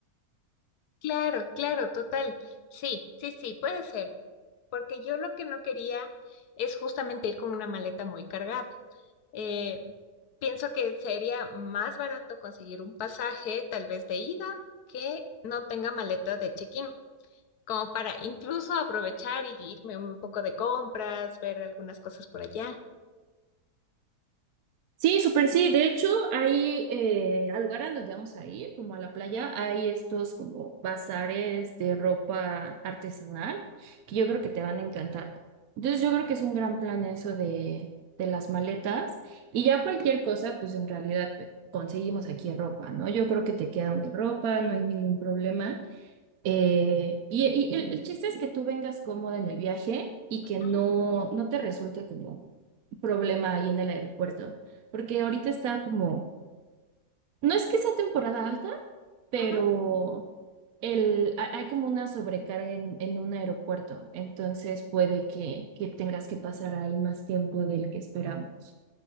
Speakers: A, on the left (about 85°); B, on the right (about 70°).
A: Claro, claro, total. Sí, sí, sí, puede ser, porque yo lo que no quería es justamente ir con una maleta muy cargada. Eh, pienso que sería más barato conseguir un pasaje, tal vez de ida, que no tenga maleta de check-in, como para incluso aprovechar y irme un poco de compras, ver algunas cosas por allá.
B: Sí, súper sí. De hecho, hay eh, al lugar a donde vamos a ir, como a la playa, hay estos como bazares de ropa artesanal que yo creo que te van a encantar. Entonces, yo creo que es un gran plan eso de, de las maletas y ya cualquier cosa, pues en realidad pues, conseguimos aquí ropa, ¿no? Yo creo que te queda mi ropa, no hay ningún problema. Eh, y, y el, el chiste es que tú vengas cómoda en el viaje y que
A: Ujú,
B: no, no te resulte como problema ahí en el aeropuerto, porque ahorita está como, no es que sea temporada alta, pero
A: ujú.
B: el, ha- hay como una sobrecarga en, en un aeropuerto, entonces puede que, que tengas que pasar ahí más tiempo del que esperamos.